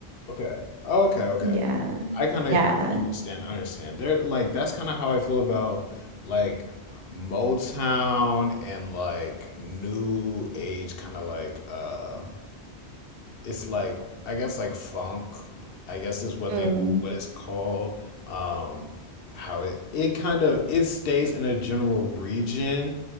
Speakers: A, on the left (about 65°); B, on the right (about 85°).
A: Okay. Oh, Okay, okay,
B: Yeah,
A: okay. I kind of
B: yeah.
A: understand. I understand. They're like that's kind of how I feel about like Motown and like new age kind of like uh it's like I guess like funk, I guess is what
B: Mm.
A: they what it's called. Um, how it it kind of it stays in a general region